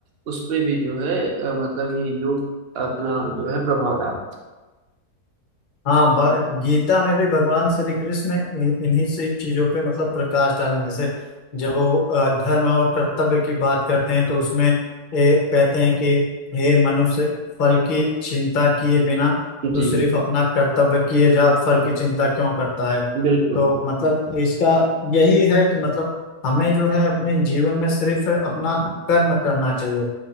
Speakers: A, on the right; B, on the left.
A: उस पे भी जो है अ, मतलब ये योग अपना जो है प्रभाव डाल
B: हाँ भ- गीता में भी भगवान श्री कृष्ण ने इन- इन्हीं से चीजों पे मतलब प्रकाश डालने जैसे जब वो अ, धर्म और कर्तव्य की बात करते हैं तो उसमें ए, कहते हैं कि हे मनुष्य फल की चिंता किए बिना
A: जी
B: तो सिर्फ अपना कर्तव्य किए जा फल की चिंता क्यों करता है
A: बिल्कुल
B: तो मतलब इसका यही है कि मतलब हमें जो है अपने जीवन में सिर्फ अपना कर्म करना चाहिए